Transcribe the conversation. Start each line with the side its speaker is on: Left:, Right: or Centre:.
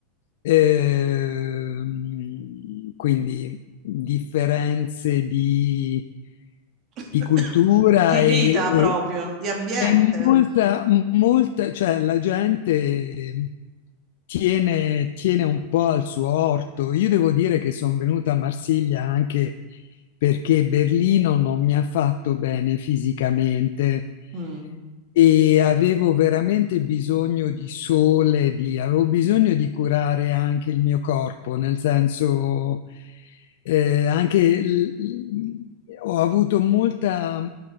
Left: ehm, quindi differenze di,
Right: <coughs>
Left: di cultura
Right: Di
Left: e,
Right: vita
Left: e-
Right: proprio, di ambiente.
Left: e molta, molta, cioè la gente tiene, tiene un po' al suo orto. Io devo dire che sono venuta a Marsiglia anche perché Berlino non mi ha fatto bene fisicamente
Right: Mm.
Left: e avevo veramente bisogno di sole, di- avevo bisogno di curare anche il mio corpo, nel senso eh, anche l- l- ho avuto molta,